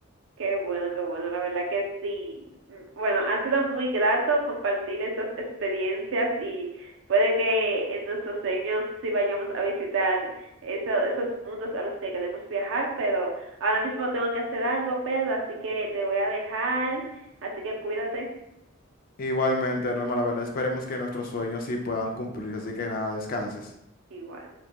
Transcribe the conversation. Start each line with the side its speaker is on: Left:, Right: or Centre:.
Right: Qué bueno, qué bueno, la verdad que sí. Mm, Bueno, ha sido muy grato compartir estas experiencias y puede que en nuestros sueños sí vayamos a visitar eso- esos mundos a los que queremos viajar, pero ahora mismo tengo que hacer algo, Pedro, así que te voy a dejar, así que cuídate
Left: Igualmente, Norma, la verdad esperemos que nuestros sueños sí puedan cumplirse, así que nada, descanses.
Right: igual.